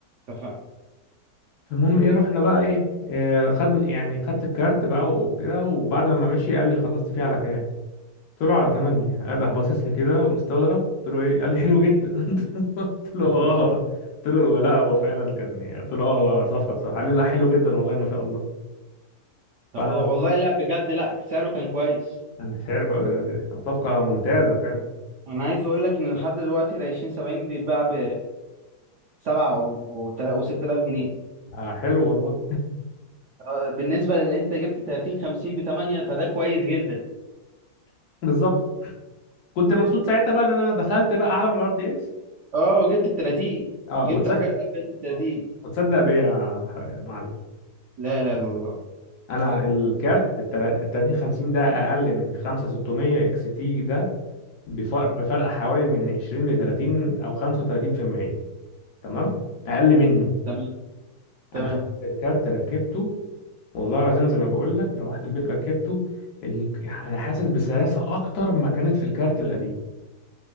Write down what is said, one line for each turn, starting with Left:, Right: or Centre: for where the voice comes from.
Right: اتفقنا
Left: فالمهم ايه رحنا بقى ايه إيه، خد يعني خدت الكارت بقى وكده وبعد ما مشي قال لي خلصت فيه على كام قلت له على 8 قال راح باصص لي كده ومستغرب قلت له ايه قال لي حلو جدا <laughs> قلت له
Right: <laughs>
Left: اه قلت له لا هو فعلا كان يعني، قلت له اه صفقه بصراحه قال لي لا حلو جدا والله ما شاء الله
Right: طب
Left: فانا
Right: هو- والله لا بجد لا سعره كان كويس
Left: مش عارف صفقه ممتازه فعلا
Right: انا عايز اقول لك ان لحد دلوقتي ال 20 70 بيتباع ب 7 و 6000 جنيه
Left: آه حلو والله
Right: آه، بالنسبه لان انت جبت 30 50 ب 8 فده كويس جدا
Left: <laughs> بالظبط كنت مبسوط ساعتها بقى ان انا دخلت بقى عالم الار تي اكس
Right: اه وجبت ال 30
Left: اه
Right: جبت
Left: وتصدق
Right: حاجه فاتت ال 30
Left: اه وتصدق بيا يا ح- يا معلم
Right: لا لا لا الله
Left: انا الكارت ال 30 50 ده اقل من 5600 اكس تي ده بفرق بفرق حوالي من 20 ل 30 او 35% تمام اقل منه
Right: تمام تمام
Left: انا خدت الكارت ركبته والله العظيم زي ما بقول لك روحت البيت ركبته ال... انا حاسس بسلاسه اكتر ما كانت في الكارت القديم